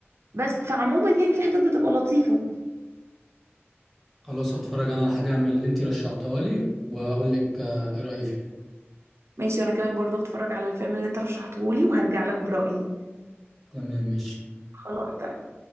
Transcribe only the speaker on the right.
بس فعموما يعني في حاجات بتبقى لطيفة
ماشي وأنا كمان برضو هتفرج على الفيلم اللي أنت رشحتهولي وهرجع لك برأيي
خلاص تمام